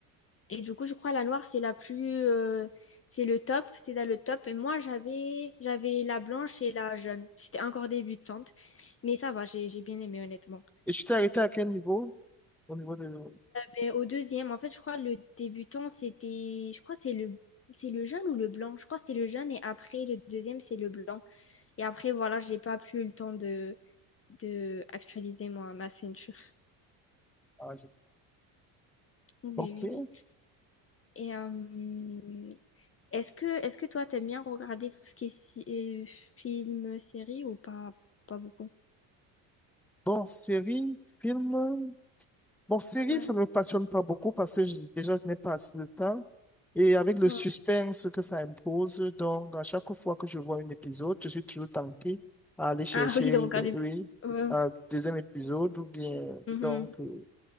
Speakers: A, on the left; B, in the centre.
A: Et du coup, je crois la noire, c'est la plus, euh, c'est le top, c'est dans le top. Et moi, j'avais, j'avais la blanche et la jaune. J'étais encore débutante, mais ça va, j'ai, j'ai bien aimé honnêtement.
B: et tu t'es arrêté à quel niveau? Au niveau de...
A: Mais au deuxième, en fait, je crois le débutant, c'était, je crois que c'est le, c'est le jaune ou le blanc. Je crois que c'était le jaune et après le deuxième, c'est le blanc. Et après, voilà, j'ai pas plus eu le temps de, de actualiser moi ma ceinture.
B: ah, je-
A: Oui,
B: Ok.
A: oui, oui. Et euh, Est-ce que, est-ce que toi, t'aimes bien regarder tout ce qui est si- euh, film, série ou pas, pas beaucoup?
B: Bon, série, film. Bon, série,
A: Ouais.
B: ça ne me passionne pas beaucoup parce que je- déjà, je n'ai pas assez de temps. Et avec le
A: ouais.
B: suspense que ça impose, donc à chaque fois que je vois un épisode, je suis toujours tenté à aller chercher
A: Ah oui, de regarder
B: le oui,
A: plus. Ouais.
B: euh, deuxième épisode ou bien
A: Mhm.
B: donc euh,